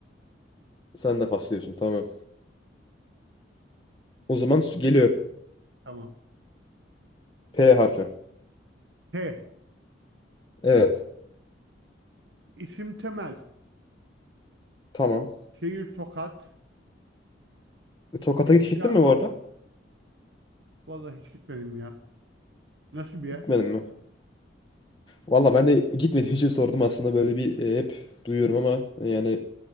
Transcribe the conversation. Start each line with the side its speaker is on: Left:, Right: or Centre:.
Left: Sen de pas diyorsun. Tamam. O zaman s- geliyor.
Right: Tamam.
Left: P harfi.
Right: T.
Left: Evet.
Right: İsim Temel.
Left: Tamam.
Right: Şehir Tokat.
Left: E, Tokat'a
Right: Eşya
Left: hiç gittin mi bu arada?
Right: vallahi hiç gitmedim ya. Nasıl bir yer?
Left: Gitmedin mi? Valla ben de gitmediğim için sordum aslında böyle bir e, hep duyuyorum ama e, yani